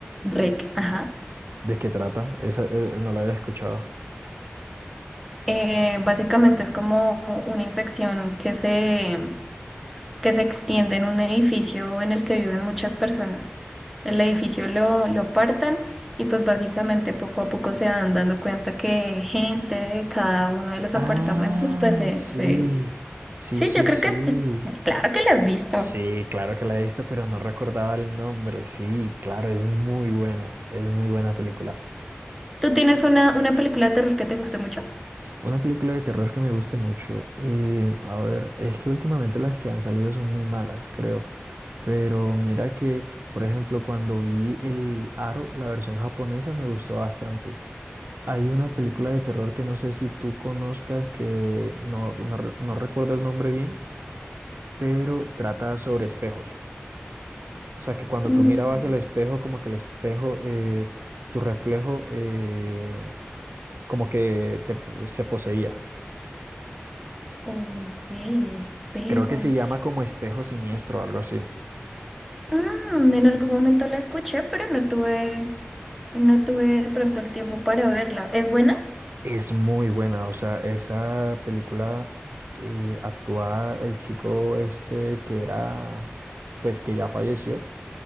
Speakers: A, in the centre; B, on the right.
A: REC, ajá.
B: ¿De qué trata? Esa eh, no la había escuchado.
A: Eh, básicamente es como una infección que se que se extiende en un edificio en el que viven muchas personas. El edificio lo, lo apartan y pues básicamente poco a poco se van dando cuenta que gente de cada uno de los
B: Ah,
A: apartamentos, pues se,
B: sí,
A: se-
B: sí,
A: Sí,
B: sí,
A: yo creo
B: sí.
A: que... es- Claro que la has visto.
B: Sí, claro que la he visto, pero no recordaba el nombre. Sí, claro, es muy buena, es muy buena película.
A: ¿Tú tienes una, una película de terror que te guste mucho?
B: Una película de terror que me guste mucho. eh, a ver, es que últimamente las que han salido son muy malas, creo. Pero mira que, por ejemplo, cuando vi El Aro, la versión japonesa, me gustó bastante. Hay una película de terror que no sé si tú conozcas, que no, no, re- no recuerdo el nombre bien pero trata sobre espejos. O sea, que cuando
A: Mm,
B: tú mirabas el espejo, como que el espejo, eh, tu reflejo, eh, como que te- se poseía.
A: Ok, espejos.
B: Creo que se llama como espejo siniestro o algo así.
A: Mm, en algún momento la escuché, pero no tuve, no tuve de pronto el tiempo para verla. ¿Es buena?
B: Es muy buena, o sea, esa película eh, actúa el chico ese que era, pues que ya falleció,